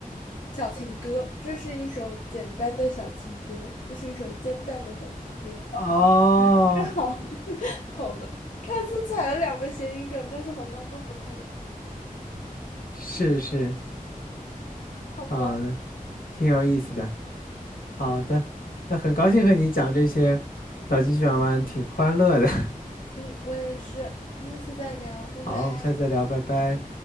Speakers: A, on the left (about 65°); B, on the left (about 80°).
A: 小情歌，这是一首简单的小情歌，这是一首煎蛋的小情歌。
B: 哦，
A: <laughs> 好，好吧，他是踩了两个谐音梗，但是好像都不太，
B: 是是
A: 嗯，好吧，
B: 啊，那挺有意思的。好的，那很高兴和你讲这些脑筋急转弯，挺欢乐的。
A: 嗯，我也是，下次再聊，拜拜。
B: 好，我们下次再聊，拜拜。